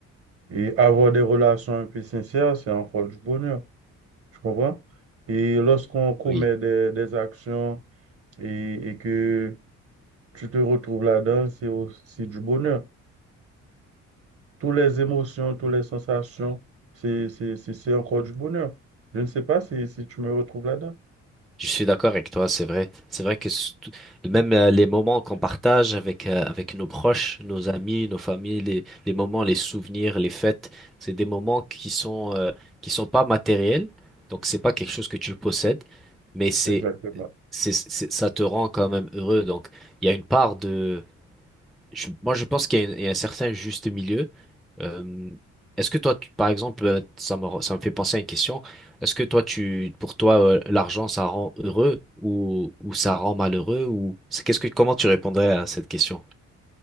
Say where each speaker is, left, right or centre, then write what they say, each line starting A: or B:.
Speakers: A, on the right; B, in the centre.
A: Et avoir des relations un peu sincères, c'est encore du bonheur. Tu comprends? Et lorsqu'on commet
B: Oui.
A: des, des actions et, et que tu te retrouves là-dedans, c'est aussi du bonheur. Toutes les émotions, toutes les sensations, c'est, c'est, c'est, c'est encore du bonheur. Je ne sais pas si, si tu me retrouves là-dedans.
B: Je suis d'accord avec toi, c'est vrai. C'est vrai que s- tout- même euh, les moments qu'on partage avec, euh, avec nos proches, nos amis, nos familles, les, les moments, les souvenirs, les fêtes, c'est des moments qui sont, euh, qui sont pas matériels. Donc, c'est pas quelque chose que tu possèdes, mais c'est,
A: Exactement.
B: c'est, c'est- ça te rend quand même heureux. Donc, il y a une part de, je- moi, je pense qu'il y a, une- il y a un certain juste milieu. Euh, est-ce que toi, tu- par exemple, euh, ça me, ça me fait penser à une question. Est-ce que toi, tu, pour toi, euh, l'argent, ça rend heureux ou, ou ça rend malheureux ou c'est qu'est-ce que, comment tu répondrais à cette question?